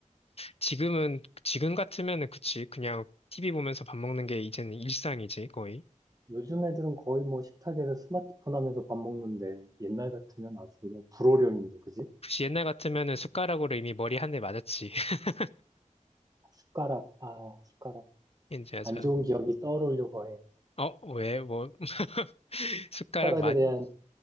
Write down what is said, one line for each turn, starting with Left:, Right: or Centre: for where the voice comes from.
Left: 지금은, 지금 같으면은 그치. 그냥 TV 보면서 밥 먹는 게 이제는 일상이지, 거의.
Right: 요즘 애들은 거의 뭐 식탁에서 스마트폰 하면서 밥 먹는데 옛날 같으면 아주 그냥 불호령인데, 그지?
Left: 굳이 옛날 같으면은 숟가락으로 이미 머리 한 대 맞았지. <laughs>
Right: 숟가락, 아, 숟가락.
Left: 이제서.
Right: 안 좋은 기억이 떠오르려고 해.
Left: 어, 왜, 뭐, <laughs> 숟가락
Right: 숟가락에
Left: 많이,
Right: 대한,